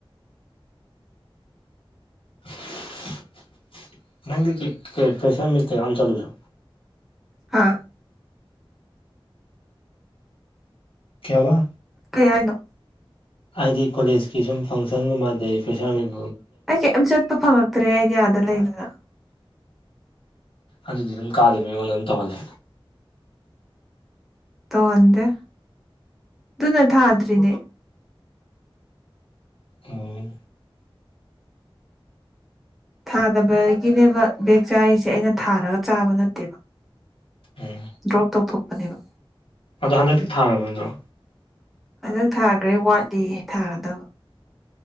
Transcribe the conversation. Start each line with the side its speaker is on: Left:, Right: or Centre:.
Left: <unintelligible> ꯅꯗꯤ ꯀꯩ ꯐꯩꯁ ꯑ ꯆꯂꯁꯨ
Centre: ꯍꯥ
Left: ꯀꯌꯥ ꯋꯥ
Centre: ꯀꯩ ꯍꯥꯏꯅꯣ
Left: ꯍꯥꯏꯗꯤ ꯀꯣꯂꯦꯖꯀꯤ ꯁꯨꯝ ꯐꯪꯁꯟꯒꯨꯝꯕꯗꯩ ꯐꯣꯏꯁꯥꯃꯤ
Centre: ꯑꯩ ꯀꯔꯤꯝ ꯆꯠꯄ ꯐꯪꯉꯛꯇ꯭ꯔꯦ ꯑꯗꯤꯌꯥꯗ ꯂꯩꯗꯅ
Left: ꯑꯗꯨꯝ ꯀꯥꯗꯕꯤ ꯋꯥꯅꯝ ꯇꯣꯂ
Centre: ꯇꯟꯦ ꯗꯨꯅꯠꯇ꯭ꯅꯦ
Left: ꯑꯣꯝ
Centre: ꯊꯥꯗꯕꯗꯒꯤꯅꯦꯕ ꯕꯦꯦꯛ ꯆꯥꯔꯤꯁꯦ ꯑꯩꯅ ꯊꯥꯔꯒ ꯆꯥꯕ ꯅꯠꯇꯦꯕ
Left: ꯎꯝ
Centre: ꯗ꯭ꯔꯣꯞ ꯇꯧꯊꯣꯛꯄꯅꯦꯕ
Left: ꯑꯗꯣ ꯍꯟꯗꯛꯇꯤ ꯊꯥꯈꯔꯕꯗꯣ
Centre: ꯑꯗꯨꯗꯛ ꯊꯥꯈ꯭ꯔꯔꯤ ꯋꯥꯠꯂꯤ ꯊꯥꯒꯗꯕ